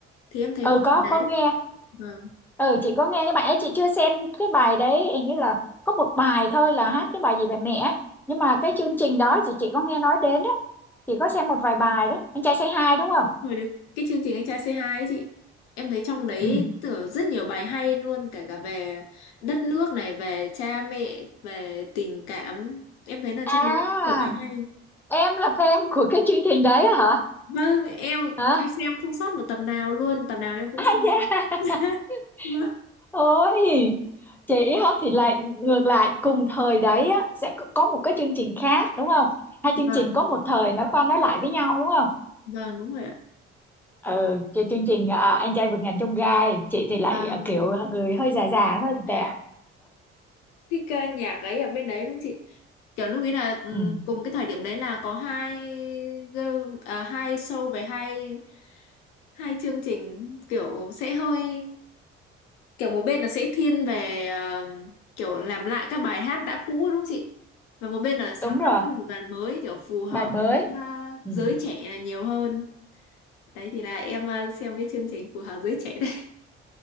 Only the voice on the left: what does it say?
Thì em thấy
có bạn
đấy.
Vâng.
Rồi được. Cái chương trình Anh trai C2 ấy chị Em thấy trong đấy
tưởng rất nhiều bài hay luôn Cả cả về đất nước này Về cha mẹ Về tình cảm Em thấy là
trong đấy nhiều bài hay
Vâng em
em xem không sót một tập nào luôn Tập nào em cũng
xem
<laughs>
Vâng
Vâng
vâng đúng rồi ạ
Vâng
à,
cái ca nhạc ấy ở bên đấy đúng chị kiểu lúc ấy là ừ,
cùng cái thời điểm đấy là có hai girl- à, hai show về hai hai chương trình kiểu sẽ hơi kiểu một bên là sẽ thiên về ờ, kiểu làm lại các bài hát đã cũ đúng không chị và một bên là sáng
tác những bài mới kiểu phù hợp
với ờ,
giới trẻ là nhiều hơn đấy thì là em ờ, xem cái chương trình phù hợp giới trẻ đấy